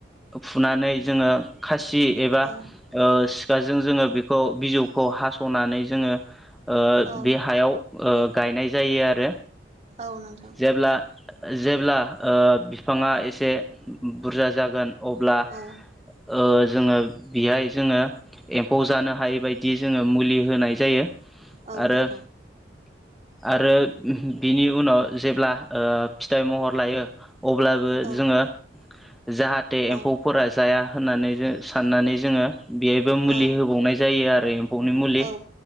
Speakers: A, in the centre; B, on the right.
A: फुनानै जोङो खासि एबा
B: औ
A: ओ सिखाजों जोङो बेखौ बिजौखौ हासनानै जोङो ओ
B: औ
A: बे हायाव गायनाय जायो आरो।
B: औ नोंथां।
A: जेब्ला जेब्ला ओ बिफाङा एसे बुरजा जागोन अब्ला
B: औ
A: ओ जोङो बेहाय जोङो एम्फौ जानो हायि बायदि जोङो मुलि होनाय जायो। आरो
B: औ नोंथां
A: आरो बिनि उनाव जेब्ला ओ फिथाइ महर लायो अब्लाबो
B: औ
A: जोङो जाहाथे एम्फौ
B: औ
A: फोरा जाया होननानै जो साननानै जोङो बेहायबो मुलि
B: औ
A: होबावनाय जायो आरो एम्फौनि मुलि
B: औ